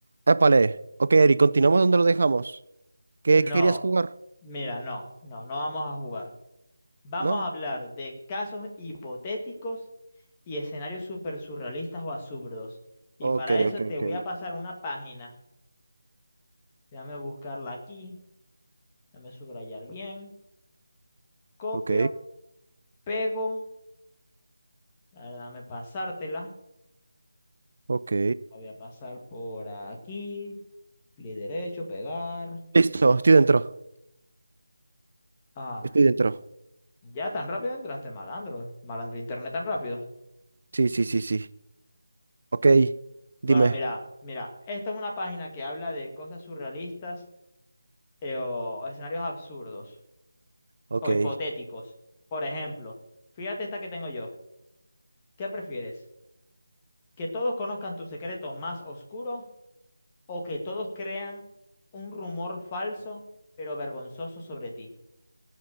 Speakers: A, on the right; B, on the left.
A: Épale. Ok, Eri, continuamos donde lo dejamos. ¿Qué
B: No,
A: querías jugar?
B: mira, no, no, no vamos a jugar. Vamos
A: ¿No?
B: a hablar de casos hipotéticos y escenarios súper surrealistas o absurdos. Y
A: Ok,
B: para eso
A: ok,
B: te
A: ok.
B: voy a pasar una página. Déjame buscarla aquí, déjame subrayar bien. Copio,
A: Ok,
B: pego, a déjame pasártela.
A: ok.
B: La voy a pasar por aquí, clic derecho, pegar.
A: Listo, estoy dentro.
B: Ah,
A: Estoy dentro.
B: ya tan rápido entraste, malandro. Malandro internet tan rápido.
A: Sí, sí, sí, sí. Ok, dime.
B: Bueno, mira, mira, esta es una página que habla de cosas surrealistas eh, o escenarios absurdos
A: Ok.
B: o hipotéticos. Por ejemplo, fíjate esta que tengo yo. ¿Qué prefieres? ¿Que todos conozcan tu secreto más oscuro o que todos crean un rumor falso pero vergonzoso sobre ti?